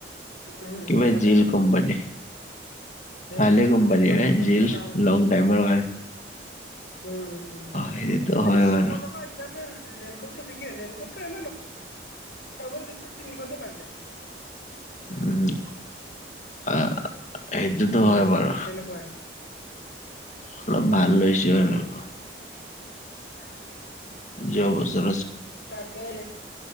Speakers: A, on the left; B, on the left.
A: উম
B: কিবা
A: তাকেতো
B: জীল কোম্পানী।
A: ৰেইনকোটৰ
B: ভালে কোম্পানীৰে
A: জেগৱাৰ কোম্পানীটো
B: জিল
A: ভাল
B: লং টাইমৰ হয়।
A: উম উম,
B: সেইটোতো
A: মানে
B: হয়
A: ছয়শ
B: বাৰু
A: টকা হি- চাপে ৰে-ৰেইনকটটো থিকে, ৰেনকটটো এনে ন- সমল তেনেকুৱা তিনিশতে পাই যায়।
B: উম আহ, সেইটোতো
A: উম,
B: হয় বাৰু
A: তেনেকুৱাই।
B: অলপ ভাল লৈছোঁ
A: উম
B: আৰু।
A: <unintelligible>
B: যোৱা বছৰ-
A: তাকে,